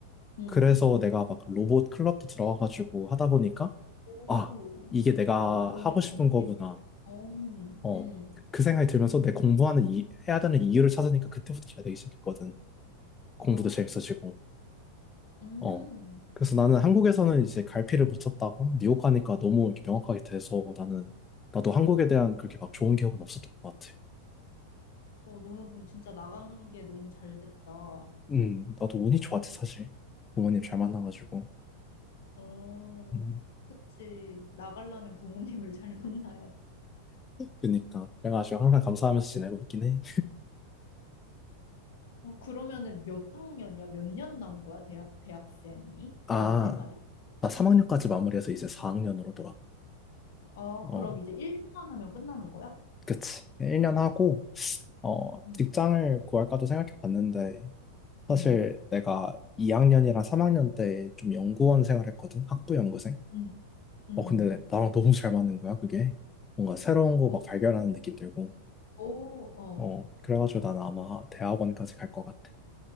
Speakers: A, on the left; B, on the left.
A: 응.
B: 그래서 내가 막 로봇 클럽도 들어가가지고 하다 보니까,
A: 오,
B: 아, 이게 내가
A: 그래서 그런데
B: 하고 싶은
A: 관심을,
B: 거구나.
A: 어, 응,
B: 어,
A: 응.
B: 그 생각이 들면서 내 공부하는 이, 해야 되는 이유를 찾으니까 그때부터 잘 되기 시작했거든. 공부도
A: 아,
B: 재밌어지고.
A: 음.
B: 어. 그래서 나는 한국에서는 이제 갈피를 못 쳤다가 뉴욕 가니까 너무 이렇게 명확하게 돼서 나는 나도 한국에 대한 그렇게 막 좋은 기억은 없었던 것 같아.
A: 어, 너는 그럼 진짜 나간 게 너무 잘 됐다. 어,
B: 음, 나도 운이 좋았지 사실. 부모님 잘 만나가지고.
A: 어,
B: 음,
A: 그치. 나가려면 부모님을 <laughs> 잘 만나야 지
B: 그니까 그래가지고 항상 감사하면서 지내고 있긴 해.
A: 어, 그러면은 몇 학년이야? 몇 년 남은 거야? 대학, 대학생이?
B: 아,
A: 대학 생활이?
B: 나 3학년까지 마무리해서 이제 4학년으로 돌아가.
A: 아,
B: 어,
A: 그럼 이제 1년만 하면 끝나는 거야?
B: 그치. 1년 하고 어,
A: 응,
B: 직장을 구할까도 생각해 봤는데 사실
A: 응,
B: 내가 2학년이랑 3학년 때 좀 연구원 생활했거든. 학부 연구생.
A: 응, 응.
B: 어, 근데 나랑 너무 잘 맞는 거야, 그게. 뭔가 새로운 거
A: 어,
B: 막 발견하는 느낌 들고.
A: 어, 어.
B: 어, 그래가지고 난 아마 대학원까지 갈 것 같아.